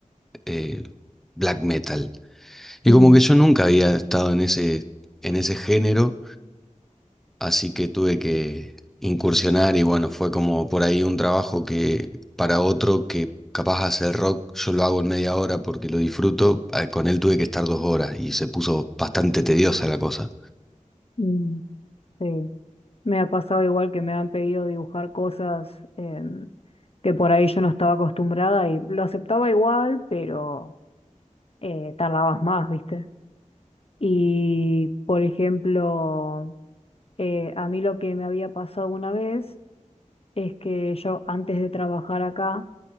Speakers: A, in the centre; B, on the left.
A: eh, Black Metal. Y
B: mm,
A: como que yo nunca había estado en ese, en ese género, así que tuve que incursionar y bueno, fue como por ahí un trabajo que para otro que capaz hacer rock, yo lo hago en media hora porque lo disfruto, eh, con él tuve que estar dos horas y se puso bastante tediosa la cosa.
B: mm, Sí. Me ha pasado igual que me han pedido dibujar cosas em, que por ahí yo no estaba acostumbrada y lo aceptaba igual, pero eh, tardabas más, ¿viste? Y, por ejemplo, eh, a mí lo que me había pasado una vez es que yo antes de trabajar acá,